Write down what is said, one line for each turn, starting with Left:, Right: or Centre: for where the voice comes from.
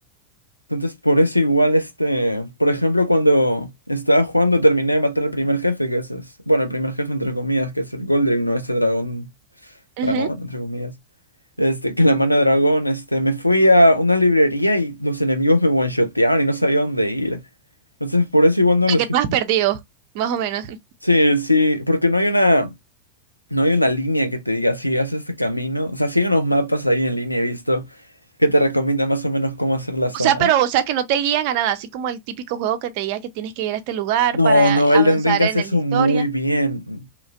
Left: Entonces, por eso igual este, por ejemplo, cuando estaba jugando terminé de matar al primer jefe, que ese es, bueno, el primer jefe entre comillas, que es el Goldring, no este dragón, dragón
Right: Ujú.
Left: entre comillas. Este, que la mano de dragón, este, me fui a una librería y los enemigos me one-shotearon y no sabía dónde ir. Entonces, por eso igual no lo
Right: Lo
Left: estoy
Right: que tú
Left: jugando.
Right: has perdido, más o menos. <laughs>
Left: Sí, sí, porque no hay una. No hay una línea que te diga, si haces este camino. O sea, sí hay unos mapas ahí en línea, he visto, que te recomienda más o menos cómo hacer las zonas.
Right: O sea, pero, o sea, que no te guían a nada, así como el típico juego que te diga que tienes que ir a este lugar
Left: No,
Right: para
Left: no, Elden
Right: avanzar
Left: Ring hace
Right: en la
Left: eso
Right: historia.
Left: muy bien.